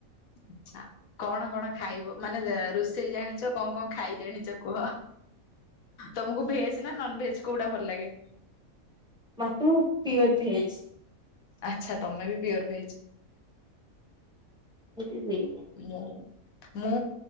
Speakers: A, on the left (about 80°); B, in the centre.
A: ଆଚ୍ଛା। କଣ କଣ ଖାଇବ ମାନେ ରୋଷେଇ ଜାଣିଛ କଣ କଣ ଖାଇ ଜାଣିଛ କୁହ। ତମକୁ ଭେଜ ନା ନନଭେଜ କୋଉଟା ଭଲ ଲାଗେ?
B: ମତେ ମୁଁ ପିଓର ଭେଜ।
A: ଆଚ୍ଛା ତମେ ବି ପିଓର ଭେଜ।
B: <inaudible>
A: ମୁଁ ମୁଁ